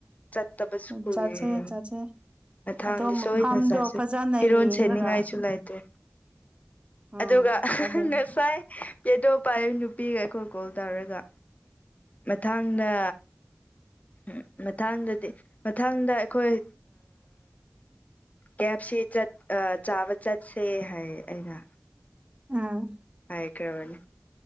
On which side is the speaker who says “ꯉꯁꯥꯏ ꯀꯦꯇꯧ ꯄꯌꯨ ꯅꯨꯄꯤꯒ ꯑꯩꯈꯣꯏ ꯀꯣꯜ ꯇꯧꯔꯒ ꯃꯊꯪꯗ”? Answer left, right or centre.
Left